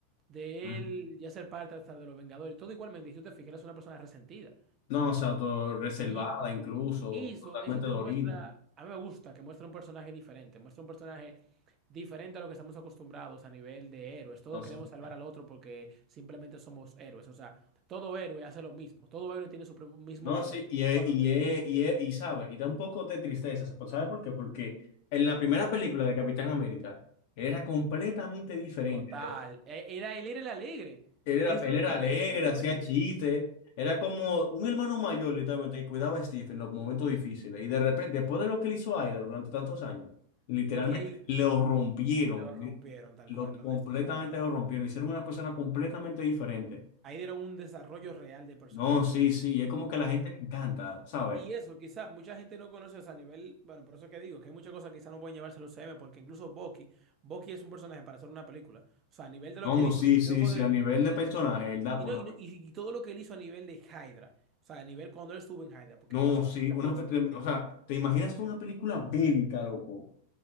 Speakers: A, on the right; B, on the left.
A: de
B: Mm.
A: él ya ser parte hasta de los Vengadores, todo igualmente. Y tú te fijas, él es una persona resentida.
B: No, o sea, todo reservada,
A: Y
B: incluso
A: y eso,
B: totalmente
A: eso te
B: dolida.
A: muestra, a mí me gusta que muestra un personaje diferente, muestra un personaje diferente a lo que estamos acostumbrados a nivel de héroes. Todos
B: No sé.
A: queremos salvar al otro porque simplemente somos héroes. O sea, todo héroe hace lo mismo, todo héroe tiene su propio- mismo
B: No,
A: valor.
B: sí, y,
A: El mismo
B: es-
A: valor
B: y,
A: es
B: es- y, es- y sabe, y da un poco de tristeza, ¿sabes por qué? Porque en la primera película de Capitán América era completamente diferente.
A: total. Eh, Era, él era el alegre.
B: Él era,
A: Eso
B: él
A: es
B: era
A: lo que
B: alegre,
A: me hizo
B: hacía
A: él.
B: chistes. Era como un hermano mayor, literalmente, que cuidaba a Steve en los momentos difíciles. Y de repente, después de lo que le hizo a Hydra durante tantos años, literalmente
A: Es que ahí
B: lo rompieron.
A: lo rompieron tal
B: Lo,
A: cual,
B: completamente
A: lo destrozaron tal
B: lo rompieron.
A: cual.
B: Hicieron una persona completamente diferente.
A: Ahí dieron un desarrollo real de personaje.
B: No, sí, sí. Y es como que a la gente le encanta, ¿sabes?
A: Y eso, quizá mucha gente no conoce, o sea, a nivel, bueno, por eso que digo, que hay muchas cosas que quizá no pueden llevarse al UCM, porque incluso Bucky, Bucky es un personaje para hacer una película. O sea, a nivel de lo
B: No,
A: que él hizo,
B: sí, sí,
A: luego
B: sí.
A: de,
B: A nivel de
A: el-
B: personaje, él da
A: y,
B: por
A: no-
B: una.
A: y, no- y todo lo que él hizo a nivel de Hydra, o sea, a nivel cuando él estuvo en Hydra, porque
B: No,
A: pasaron
B: sí.
A: muchas
B: Una,
A: cosas
B: pe-
A: en ese tiempo.
B: o sea, ¿te imaginas tú una película bélica, loco?